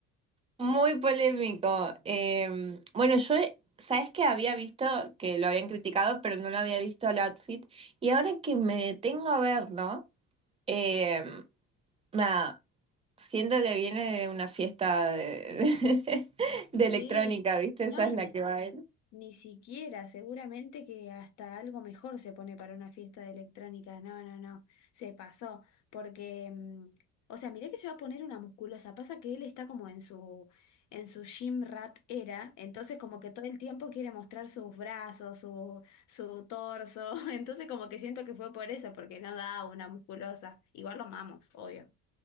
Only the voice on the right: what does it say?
Muy polémico. Em, bueno, yo, sabes que había visto que lo habían criticado, pero no lo había visto al outfit. Y ahora que me detengo a verlo, em, nada, siento que viene de una fiesta de, <laughs> de electrónica,
¿viste?
Esa
es la
que
va a